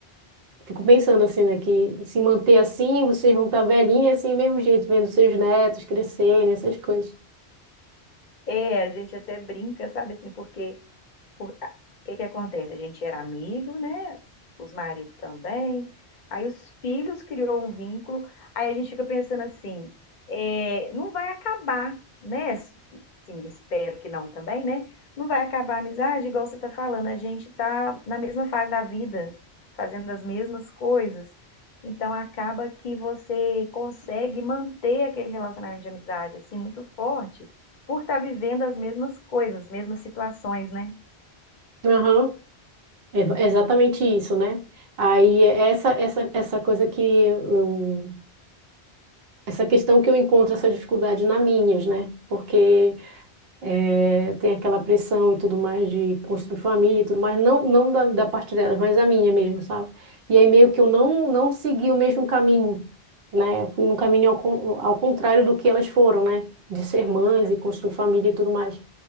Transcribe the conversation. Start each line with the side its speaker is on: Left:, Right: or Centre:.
Right: Fico pensando assim, né? Que se manter assim, vocês vão estar velhinhas assim, mesmo jeito, vendo seus netos crescerem, essas coisas.
Left: É, a gente até brinca, sabe, assim, porque. Por- a- O que que acontece? A gente era amigo, né? Os maridos também. Aí os filhos criou um vínculo. Aí a gente fica pensando assim, é, não vai acabar, né? Sim, espero que não também, né? Não vai acabar a amizade, igual você tá falando. A gente tá na mesma fase da vida, fazendo as mesmas coisas. Então acaba que você consegue manter aquele relacionamento de amizade assim muito forte por estar vivendo as mesmas coisas, as mesmas situações, né?
Right: Aham. É va- é exatamente isso, né? Aí essa essa essa coisa que eu, essa questão que eu encontro essa dificuldade na Minas, né? Porque eh, tem aquela pressão e tudo mais de construir família e tudo mais, não não da, da parte delas, mas a minha mesmo, sabe? E aí meio que eu não não segui o mesmo caminho, né? Fui num caminho ao, con- ao contrário do que elas foram, né? De ser mães e construir família e tudo mais.